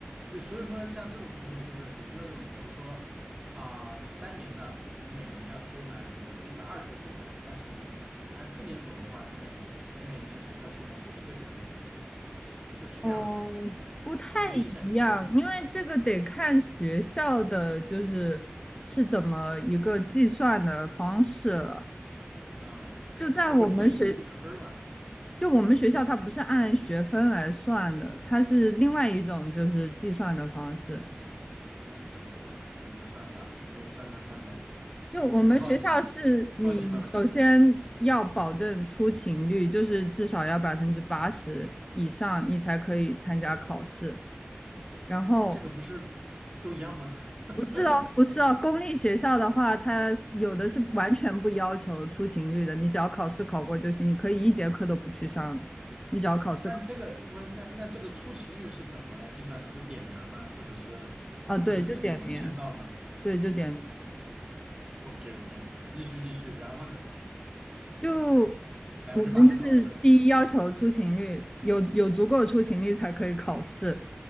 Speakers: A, on the right; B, on the left.
A: 对，所以说像这种东西，就是有没有这种，比如说啊、你三年的，你每年要修满，比如说一百二十个学分，但是你按四年走的话，你每你每年只需要修满九十个学分，这种感觉是是这样吗？
B: 哦，不太一样，
A: 你回忆一下，你回忆一下，
B: 因为这个得看学校的，就是是怎么一个计算的方式了。
A: 嗯，肯不是肯定也是学分儿吧？
B: 就在我们学，就我们学校，它不是按学分来算的，它是另外一种就是计算的方式。
A: 嗯，怎么说？怎么个算法？给我算算看呗，
B: 就我们学校是你首先要保证出勤率，
A: 很好奇，好奇好奇，
B: 就是至少要百分之八十以上，你才可以参加考试。然后
A: 这个不是都一样吗？<laughs>
B: 不是哦，不是哦，公立学校的话，它有的是完全不要求出勤率的，你只要考试考过就行，你可以一节课都不去上的，你只要考试考
A: 那这个不是那那这个出勤率是怎么来计算的？就点名儿吗？或者是
B: 啊，对，
A: 或者是那种签到吗
B: 就点名，对，就点名。
A: ？OK OK，<laughs> 继续继续。然后呢？
B: 就
A: 百分之八十考试。
B: 我们就是第一要求出勤率，有有足够出勤率才可以考试，